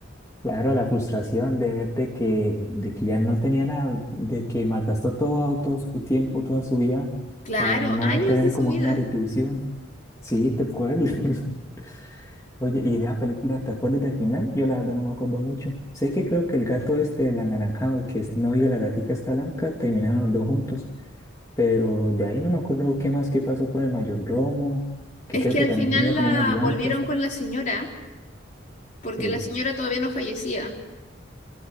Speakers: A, on the left; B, on the left.
A: Claro, la frustración de ver de que, de que ya no tenía nada, de que malgastó todo, todo su tiempo, toda su vida
B: Claro,
A: para no
B: años
A: tener
B: de
A: como
B: su vida.
A: una retribución. Sí, tal cual. <laughs> Oye, ¿y de la película te acuerdas del final? Yo la verdad no me acuerdo mucho. Sé que creo que el gato este, el anaranjado, el que es novio de la gatica está blanca, terminaron los dos juntos. Pero de ahí no me acuerdo qué más, qué pasó con el mayor Romo, que
B: Es
A: creo
B: que
A: que
B: al
A: también
B: final
A: tenía
B: la
A: como un ayudante.
B: volvieron con la señora, porque
A: Sí.
B: la señora todavía no fallecía.